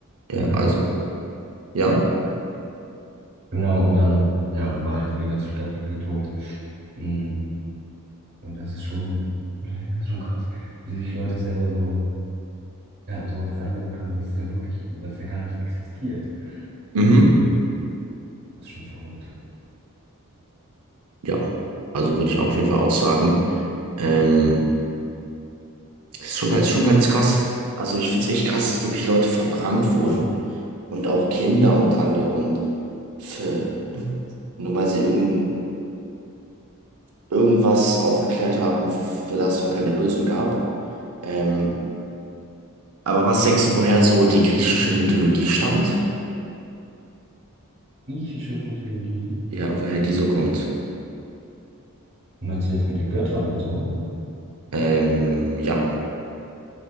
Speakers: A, on the right; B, on the right.
A: Äh,
B: Ja, also. Ja?
A: Genau, und dann, ja, dann war halt diese ganze Stadt gefühlt tot. Mm, Und das ist schon, das ist schon krass, wie sich Leute selber so, ja, in sowas reinreden können, was ja wirklich, was ja gar nicht existiert.
B: Mhm.
A: Ähm, Das ist schon verrückt.
B: Ja. Also würde ich auch auf jeden Fall auch sagen. Ähm, das ist schon, ist schon ganz krass. Also ich finde es echt krass, dass wirklich Leute verbrannt wurden. Und auch Kinder und andere und für, nur weil sie irgend, irgendwas aufgeklärt haben, für das es noch keine Lösung gab. Ähm, aber was denkst du, woher so die griechische Mythologie stammt?
A: Griechische Mythologie,
B: Ja, woher die so kommt.
A: meinst du jetzt mit den Göttern und so?
B: Ähm, ja,